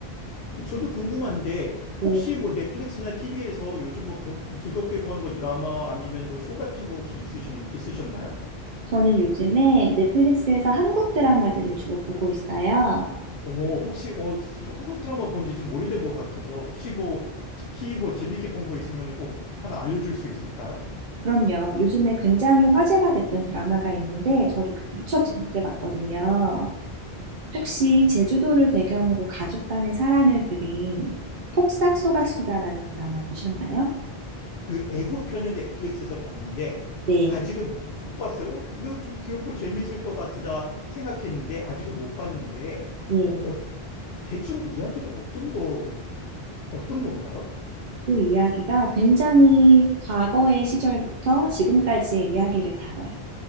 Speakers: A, on the left; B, on the right.
A: 근데 저도 궁금한데
B: 네.
A: 혹시 뭐 넷플릭스나 TV에서 요즘 뭐 본, 즐겁게 본 뭐 드라마 아니면 뭐 쇼 같은 거 혹시 있으셨, 있으셨나요?
B: 저는 요즘에 넷플릭스에서 한국 드라마들을 주로 보고 있어요.
A: 오, 혹시 어, 저 한국 드라마 본지 좀 오래된 것 같아서 혹시 뭐 특히 뭐 재밌게 본 거 있으면 꼭 하나 알려줄 수 있을까요?
B: 그럼요. 요즘에 굉장히 화제가 됐던 드라마가 있는데 저도 그 무척 재밌게 봤거든요. 혹시 제주도를 배경으로 가족 간의 사랑을 그린 폭삭 소가수다라는 드라마 보셨나요?
A: 그애고편은 넷플릭스에서 봤는데
B: 네,
A: 아직은 못 봤어요. 어, 이거 좀 귀엽고 재밌을 것 같다 생각했는데 아직은 못 봤는데
B: 네.
A: 어, 어, 대충 이야기가 어떤 거 어떤 건가요?
B: 그 이야기가 굉장히 과거의 시절부터 지금까지의 이야기를 다뤄요.